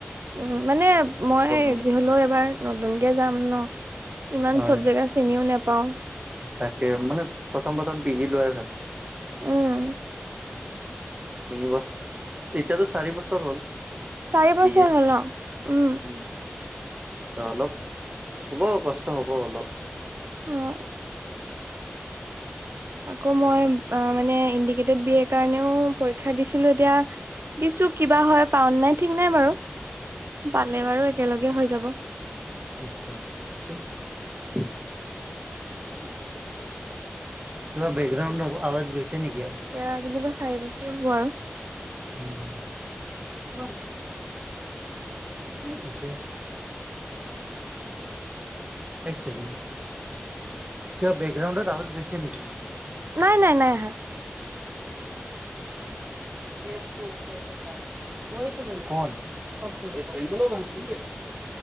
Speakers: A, on the right; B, on the right.
A: উম', মানে
B: একো
A: মই
B: প্ৰব্লেম
A: যি হ'লেও, এবাৰ নতুনকে যাম ন', ইমান
B: হয়
A: চব জেগা চিনিও নোপাওঁ',
B: তাকে', মানে প্ৰথম- প্ৰথম পি জি লোৱাই ভাল',
A: উম',
B: তিনি বছ', এতিয়াতো চাৰি বছৰ হ'ল',
A: চাৰি বছৰ
B: বি এ,
A: হ'ল ন? উম,
B: হুম', অ' অলপ, হ'ব কষ্ট হ'ব অলপ',
A: অঁ', আকৌ মই মানে ইণ্ডিকেটড বি এৰ কাৰণেও পৰীক্ষা দিছিলোঁ এতিয়া', দিছোঁ, কি বা হয় পাওঁ ন নাই ঠিক নাই বাৰু পালে বাৰু একেলগে হৈ যাব',
B: <unintelligible> কিবা বেকগ্ৰাউণ্ডত আৱাজ গৈছে নেকি?
A: এয়া যেনিবা চাৰি বছৰ হ'ব আৰু',
B: উম', কিমান? হোম', কি কয়? এক চেকেণ্ড, কিবা বেকগ্ৰাউণ্ডত আৱাজ গৈছে নেকি?
A: নাই, - নাই, - নাই, আহা',
B: <unintelligible>